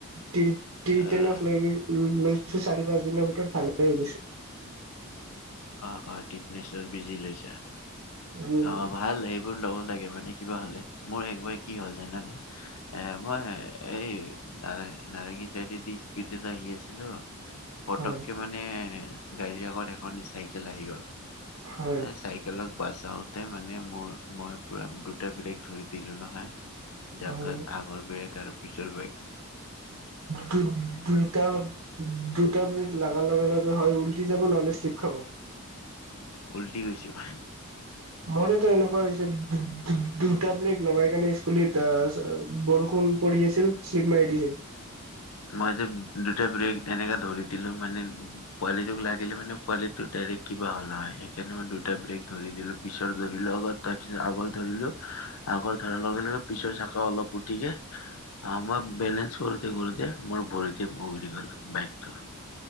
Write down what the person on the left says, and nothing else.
আহ
অ অ টিটনেচৰ বিজি লৈছা
অ ভাল এই। বোৰ লব লাগে মানে কিবা হলে মোৰ একবাৰ কি হ'ল জানা নাই এ মই এই। নাৰা নাৰেংগী চাইডে দি স্পীডত আহি আছিলো পটককে
মান এই গাড়ী আগত এখন চাইকেল আহি গ'ল
এ চাইক চাইকেলক বচাওতে মানে মোৰ মই পুৰা দুটা বেলেগ ধৰি দিলো নহয়। জাগাত
আগৰ ব্ৰেগ আৰু পিছৰ ব্ৰেগ।
উল্টি গৈছো মই
মই যে দুটা ব্ৰেক এনেকা ধৰি দিলো মানে পোৱালিটোক লাগিলে মানে পোৱালিটো ডাইৰে্ট। কিবা হ'ল নহয় সেইকাৰণে মই দুটা ব্ৰেক ধৰি দিলো পিছত ধৰিলো আগত তাৰ পিছত আগত ধৰিলো। আগৰ ধৰা লগে লগে পিছৰ চাকা অলপ উঠিকে আ মই বেলেঞ্চ কৰোতে কৰোতে। মোৰ ভৰিতে বগৰি গল বাইকটো